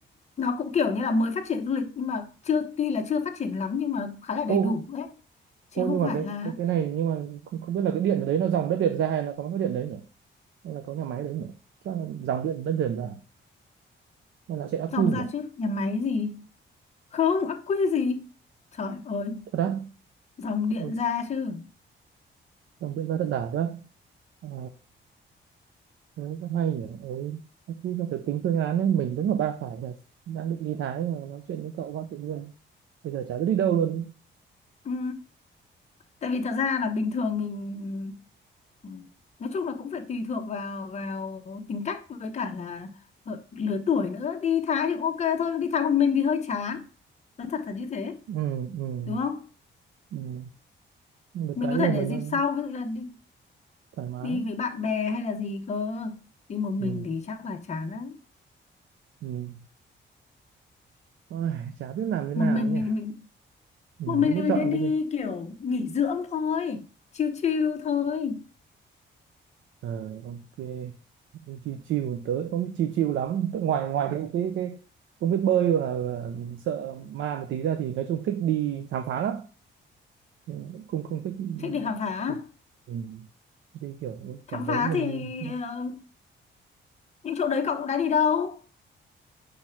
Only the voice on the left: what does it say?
nó cũng kiểu như là mới phát triển du lịch nhưng mà chưa tuy là chưa phát triển lắm nhưng mà nó cũng khá là đầy
đủ đấy chứ
không
phải
là
dòng
ra
chứ nhà máy gì không ắc quy gì trời ơi
dòng điện
ra chứ
ừ. tại vì thật ra là bình thường mình ừ, nói chung là cũng phải tùy thuộc vào vào tính cách với cả là ờ, lứa tuổi nữa đi Thái thì cũng ok thôi nhưng đi Thái một mình thì hơi chán nói thật là như thế
đúng không
mình
có
thể để
dịp
sau ví dụ như là đi
đi với bạn bè hay là gì cơ đi một mình
thì chắc là chán lắm
một
mình
thì mình
một mình
thì mình
nên đi
kiểu nghỉ dưỡng thôi chill chill thôi
thích đi khám phá
khám
phá
thì ờ, những chỗ đấy cậu cũng đã đi đâu